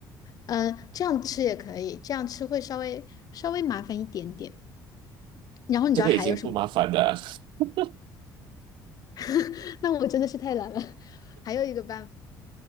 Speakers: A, on the left; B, on the right.
A: 嗯、这样吃也可以，这样吃会稍微稍微麻烦一点点。然后你知道还有什么办法
B: 这个已经不麻烦了。<laughs>
A: <laughs> 那我真的是太懒了。<laughs> 还有一个办法。